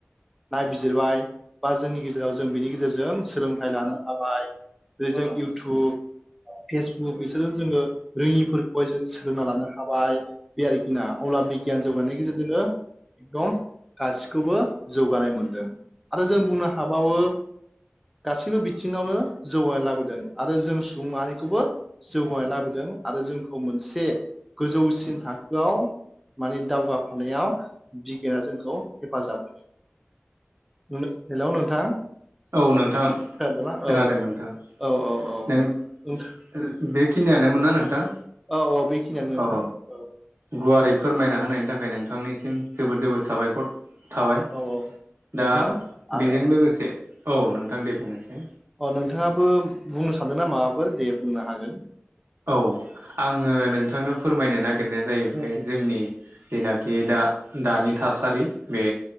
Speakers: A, in the centre; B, on the right (about 65°).
A: नायबिजिरबाय बा जोंनि गेजेराव जों बिनि गेजेरजों सोलोंथाइ लानो हाबाय जेरै जों इउटुब फेसबुक बिसोरो जोङो रोङिफोरखौहाय जों सोलोंना लानो हाबाय। बे आरोखि ना अब्ला बिगियान जौगानायनि गेजेरजोंनो एकदम गाससिखौबो जौगानाय मोनदों आरो जों बुंनो हाबावो। गासैबो बिथिङावनो जौगानाय लाबोदों आरो जों सुबुं माहारिखौबो जौगानाय लाबोदों आरो जोंखौ मोनसे गोजौसिन थाखोआव माने दावगाफानायाव बिगा जोंखौ हेफाजाब होदों। <unintelligible> हेलौ नोंथां
B: औ नोंथां
A: खोनादोंना
B: खोनादों
A: औ
B: नोंथां
A: औ औ औ
B: नों <unintelligible>
A: नोंथां
B: बेखिनियानो मोन ना नोंथां?
A: औ औ बेखिनियानो नोंथां।
B: अ
A: औ
B: गुवारै फोरमायना होनायनि थाखाय नोंथांनिसिम जोबोद जोबोद साबायखर थाबाय
A: औ औ नोंथां
B: दा
A: आरो
B: बेजों लोगोसे औ नोंथां दे बुंनायसाय
A: अ नोंथाङाबो बुंनो सानदों नना माबाफोर दे बुंनो हागोन।
B: औ आङो नोंथांनो फोरमायनो नागिरनाया जाहैबाय जोंनि जेनाखि दा दानि थासारि बे